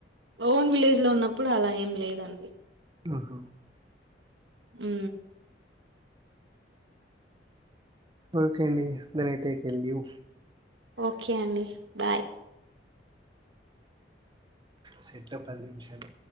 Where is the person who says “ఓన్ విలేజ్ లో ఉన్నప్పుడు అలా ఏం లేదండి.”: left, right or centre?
Right